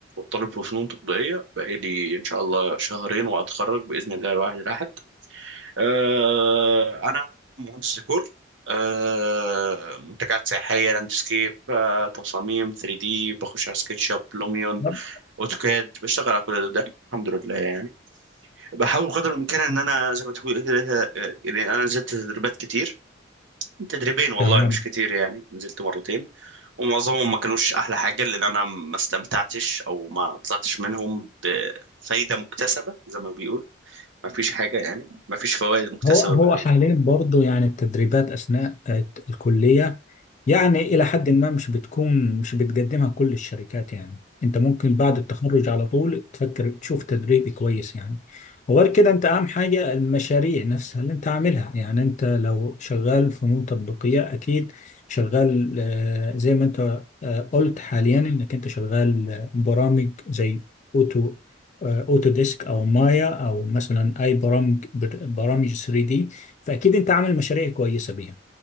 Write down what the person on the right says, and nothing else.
طالب في فنون تطبيقيه بقالي ان شاء الله شهرين واتخرج باذن الله الواحد الاحد آه انا مهندس ديكور آه منتجات سياحيه لاندسكيب آه تصاميم 3 دي بخش على سكتش اب لوميون
اوتوكاد بشتغل على كل ده الحمد لله يعني بحاول قدر الامكان ان انا زي ما تقول كده آه، يعني انا نزلت تدريبات كتير تدريبين والله
مش كتير يعني نزلت مرتين ومعظمهم ما كانوش احلى حاجه لان انا ما استمتعتش او ما طلعتش منهم بفايده مكتسبه زي ما بيقول ما فيش حاجه يعني ما فيش فوائد مكتسبه
من